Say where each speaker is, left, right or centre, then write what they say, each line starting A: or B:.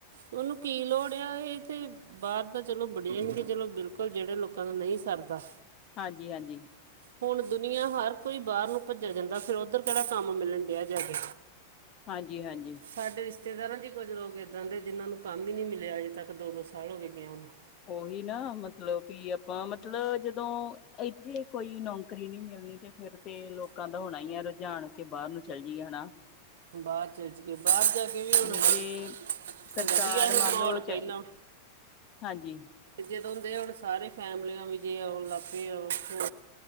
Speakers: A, on the right; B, on the left.
A: ਉਹਨੂੰ ਕੀ ਲੋੜ ਆ ਇਹ ਤੇ ਬਾਹਰ ਤਾਂ ਚਲੋ ਬਣਿਆ ਹੀਗੇ ਚਲੋ ਬਿਲਕੁਲ ਜਿਹੜੇ ਲੋਕਾਂ ਦਾ ਨਹੀਂ ਸਰਦਾ।
B: ਹਾਂਜੀ-ਹਾਂਜੀ।
A: ਹੁਣ ਦੁਨੀਆਂਆ ਹਰ ਕੋਈ ਬਾਹਰ ਨੂੰ ਭੱਜਿਆ ਜਾਂਦਾ ਫਿਰ ਉੱਧਰ ਕਿਹੜਾ ਕੰਮ ਮਿਲਣ ਡਿਆ ਜਾਕੇ।
B: ਹਾਂਜੀ-ਹਾਂਜੀ।
A: ਸਾਡੇ ਰਿਸ਼ਤੇਦਾਰਾਂ ਚ ਹੀ ਕੁੱਝ ਲੋਕ ਇੱਦਾਂ ਦੇ ਜਿਹਨਾਂ ਨੂੰ ਕੰਮ ਹੀ ਨਹੀਂ ਮਿਲਿਆ ਅਜੇ ਤੱਕ ਦੋ-ਦੋ ਸਾਲ ਹੋ ਗਏ ਗਏ ਉਹਨੂੰ।
B: ਉਹੀ ਨਾ ਮਤਲਬ ਵੀ ਆਪਾਂ ਮਤਲਬ ਜਦੋਂ ਇੱਥੇ ਕੋਈ ਨੌਕਰੀ ਨੀ ਮਿਲਣੀ ਤੇ ਫਿਰ- ਤੇ ਲੋਕਾਂ ਦਾ ਹੋਣਾ ਹੈ ਰੁਝਾਨ ਕੇ ਬਾਹਰ ਨੂੰ ਚੱਲ ਜਾਈਏ ਹਨਾ।
A: ਬਾਹਰ ਚੱਲ ਜਾਈਏ ਜਾਗੇ ਬਾਹਰ, ਜਾਗੇ ਵੀ ਹੁਣ
B: ਤੇ
A: ਵਧੀਆ
B: ਜੇ ਸਰਕਾਰ
A: ਸੀ
B: ਮੰਨ
A: ਮਾਹੌਲ
B: ਲਓ
A: ਪਹਿਲਾਂ-
B: ਚ ਹਾਂਜੀ।
A: ਜਦੋਂ ਹੁੰਦੇ ਹੁਣ ਸਾਰੇ ਫੈਮਲੀਆਂ ਵੀ ਜੇ ਆਓ ਲੱਪੇ ਆਓ- ਫੇਰ